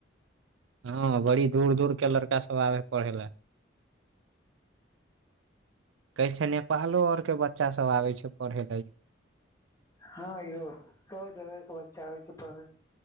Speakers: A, on the right; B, on the left.
A: हँ बड़ी दूर दूर के लड़का सब आबे है पढ़े लए कहे छै नेपालो आर के बच्चा सब आबे छै पढ़े लेय
B: हँ यो सब जगके बच्चा आबै छै पढे लेल